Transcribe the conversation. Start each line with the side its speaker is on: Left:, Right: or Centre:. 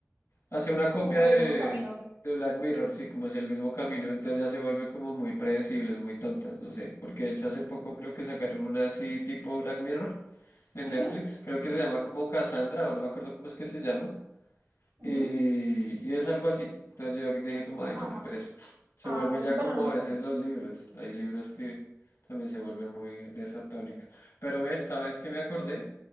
Left: hacia una copia
Right: como por
Left: de,
Right: el mismo camino.
Left: de Black Mirror, sí, como hacia el mismo camino, entonces ya se vuelve como muy predecibles, muy tontas, no sé, porque de hecho hace poco creo que sacaron una así tipo Black Mirror en
Right: Ujú,
Left: Netflix, creo que se llama como Cassandra o no me acuerdo cómo es que se llama.
Right: ujú.
Left: Y, y es algo así. Entonces yo dije como, ay,
Right: Ajá.
Left: no, qué pereza. Se
Right: Ah,
Left: vuelve
Right: bueno,
Left: ya
Right: bueno,
Left: como
Right: no
Left: a
Right: sé
Left: veces
Right: si...
Left: los libros. Hay libros que también se vuelven muy de esa tónica. Pero ven, ¿sabes qué me acordé?